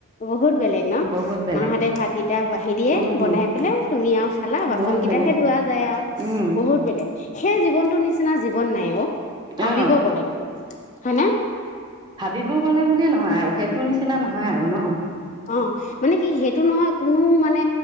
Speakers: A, on the left; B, on the right.
A: বহুত বেলেগ ন!
B: বহুত বেলেগ
A: মাহঁতে ভাতকেইটা বাঢ়ি দিয়ে
B: উম
A: বনাই- বোলে তুমি আৰু খালা বাচন
B: বহুত
A: কেইটাহে
B: বেলেগ সেইটো
A: ধোৱা যায় আৰু
B: উম
A: বহুত বেলেগ। সেই জীৱনতো নি- নিচিনা জীৱন নাই অঁ, ভাবিবও
B: অ
A: গ'লে, হয় না?
B: ভাবিবও গ'লে বুলিয়ে নহয় আৰু, সেইটো নিচিনা নহয় আৰু ন?
A: অঁ, মানে কি সেইটো নহয়, কোনো মানে